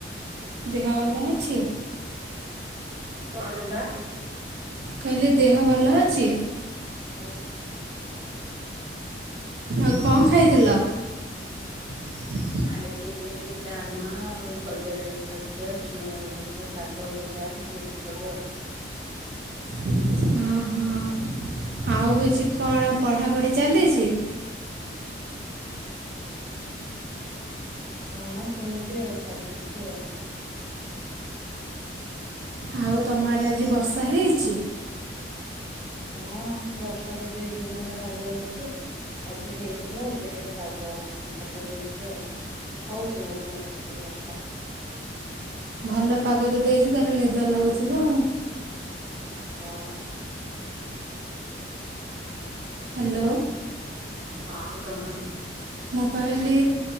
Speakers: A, on the right; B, on the right.
A: ଦେହ ଭଲ ଅଛି?
B: କଣ ହେଲା?
A: କହିଲି ଦେହ ଭଲ ଅଛି?
B: ହଁ।
A: ଆଉ କଣ ଖାଇଥିଲ?
B: <unintelligible>
A: <inaudible>
B: ଖାଇଥିଲି ଡାଲମା ଆଉ କଦଳୀ ଆଳୁ ଭଜା ଛୁଇଁ ଆଳୁ ଭଜା ଶାଗ ଭଜା। ଏମିତି ସବୁ ଆଉ।
A: ଓ ହୋ। ଆଉ ହଉଚି କଣ ପଢ଼ାପଢ଼ି ଚାଲିଛି?
B: <inaudible> ହଁ ସେମିତି ଆଉ ଚାଲିଚି ଆଉ।
A: ଆଉ ତମ ଆଡେ ଆଜି ବର୍ଷା ହେଇଚି?
B: ହଁ ବର୍ଷା ଦି ଦିନି ହେଲା ଲାଗି ରହିଛି। ଆଜି ହେଇଥିଲା ଏବେ ଟିକେ ପାଗ ଭଲ ଦେଇଛି ଆଉ। ହେଉଛି ମଝିରେ ମଝିରେ ବର୍ଷା।
A: ଭଲ ପାଗ ତ ଦେଇଛି ତାହେଲେ ନିଦ ଲାଗୁଥିବ ଆଉ?
B: ହଁ।
A: ହ୍ୟାଲୋ।
B: ହଁ କହ?
A: ମୁଁ କହିଲି